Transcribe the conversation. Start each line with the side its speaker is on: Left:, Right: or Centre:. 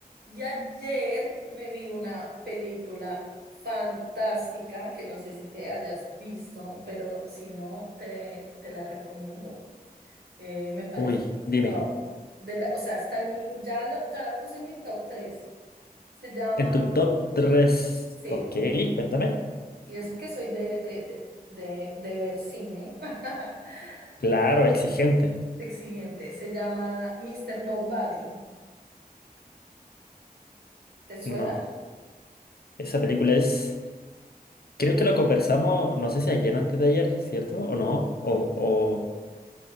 Right: Y ayer me vi una película fantástica que no sé si te hayas visto, pero si no, te, te la recomiendo. Eh, me pareció,
Left: Uy, dime,
Right: wow. De la, o sea, está en mi, ya la, ya la puse en mi top tres Se llama,
Left: en tu top 3,
Right: sí,
Left: ok, cuéntame.
Right: y eso que soy de, de, de, de, de ver cine, <laughs>
Left: Claro, exigente.
Right: exigente, se llama Mister Nobody. ¿Te suena?
Left: No, esa película es, creo que lo conversamos, no sé si ayer o antes de ayer, ¿cierto? ¿O no? O, o-